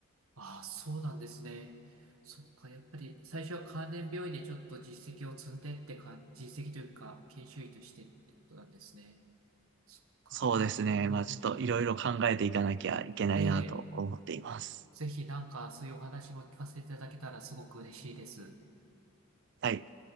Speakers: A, on the right; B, on the right.
A: ああ、そうなんですね。そっか、やっぱり最初は関連病院でちょっと実績を積んでって感じ、実績というか、研修医としてってことなんですね。そっか、
B: そうですね。
A: いや、うんうん、
B: まあちょっといろいろ考えていかなきゃいけないなと思っています。
A: ええぜひなんかそういうお話も聞かせていただけたらすごく嬉しいです。
B: はい。